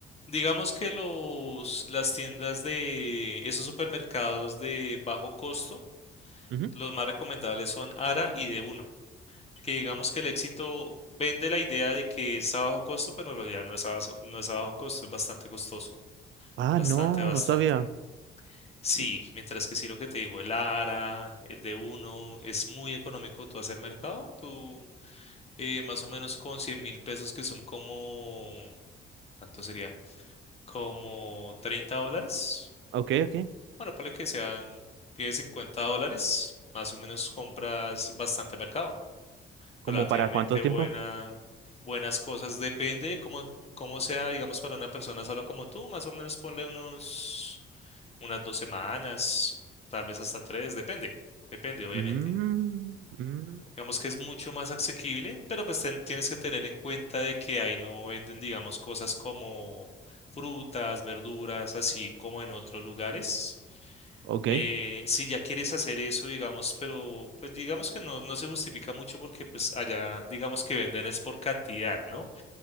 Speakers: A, on the left; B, on the right.
A: Digamos que los, las tiendas de esos supermercados de bajo costo,
B: Ujú.
A: Los más recomendables son ARA y d uno que digamos que el éxito vende la idea de que es a bajo costo, pero en realidad no es a bajo, no es a bajo costo, es bastante costoso,
B: Ah,
A: bastante,
B: no,
A: bastante.
B: no sabía.
A: Sí,
B: Y-
A: mientras que sí lo que te digo, el ARA, el d uno es muy económico tú hacer mercado, tú eh, más o menos con cien mil pesos que son como, ¿cuánto sería? Como 30 dólares.
B: ok, ok.
A: Bueno, para que sean 10, 50 dólares, más o menos compras bastante mercado.
B: ¿Como
A: relativamente
B: para cuánto tiempo?
A: buena, buenas cosas. Depende de cómo, cómo sea, digamos, para una persona solo como tú, más o menos ponle unos, unas dos semanas, tal vez hasta tres, depende, depende, obviamente.
B: Mm, mm,
A: Digamos que es mucho más asequible, pero pues ten- tienes que tener en cuenta de que ahí no venden, digamos, cosas como frutas, verduras, así como en otros lugares.
B: ok,
A: Eh, si ya quieres hacer eso, digamos, pero pues digamos que no, no se justifica mucho porque pues allá digamos que venden es por cantidad, ¿no?